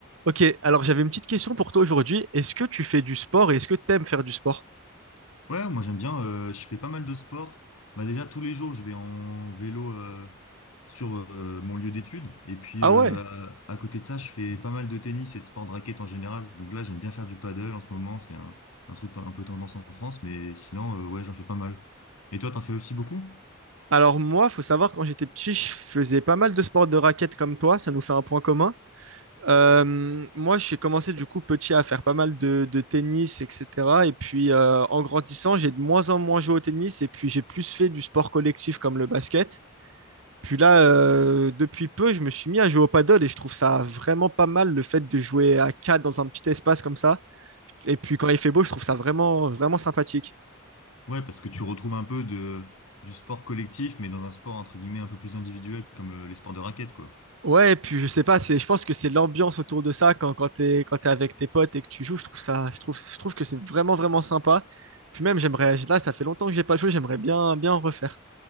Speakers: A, on the right; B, on the left.
A: Ok, alors j'avais une petite question pour toi aujourd'hui. Est-ce que tu fais du sport et est-ce que tu aimes faire du sport?
B: Ouais, moi j'aime bien, euh, je fais pas mal de sport. Bah déjà tous les jours je vais en vélo euh, sur euh, mon lieu d'études. Et puis
A: Ah
B: euh,
A: ouais.
B: à à côté de ça je fais pas mal de tennis et de sport de raquette en général. Donc là j'aime bien faire du paddle en ce moment, c'est un, un truc un peu tendance en France, mais sinon euh, ouais j'en fais pas mal. Et toi t'en fais aussi beaucoup?
A: Alors moi, faut savoir, quand j'étais petit, je faisais pas mal de sports de raquettes comme toi, ça nous fait un point commun. Euh, moi, j'ai commencé du coup petit à faire pas mal de, de tennis, etc. Et puis euh, en grandissant, j'ai de moins en moins joué au tennis et puis j'ai plus fait du sport collectif comme le basket. Puis là, euh, depuis peu, je me suis mis à jouer au paddle et je trouve ça vraiment pas mal le fait de jouer à 4 dans un petit espace comme ça. Et puis quand il fait beau, je trouve ça vraiment, vraiment sympathique.
B: Ouais, parce que tu retrouves un peu de, du sport collectif, mais dans un sport entre guillemets un peu plus individuel comme euh, les sports de raquette quoi.
A: Ouais, et puis je sais pas, c'est, je pense que c'est l'ambiance autour de ça quand, quand t'es, quand t'es avec tes potes et que tu joues, je trouve ça, je trouve, je trouve que c'est vraiment, vraiment sympa. Puis même, j'aimerais, là, ça fait longtemps que j'ai pas joué, j'aimerais bien, bien en refaire.